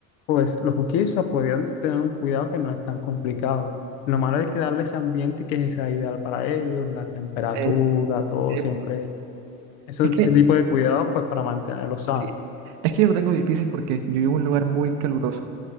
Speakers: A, on the left; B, on the right.
A: pues los huskies, o sea, podían tener un cuidado que no es tan complicado. Lo malo es que darle ese ambiente que sea ideal para ellos, la temperatura,
B: Es,
A: todo
B: es,
A: siempre, ese
B: es que,
A: tipo de cuidados, pues para mantenerlos sanos.
B: sí, es que yo lo tengo difícil porque yo vivo en un lugar muy caluroso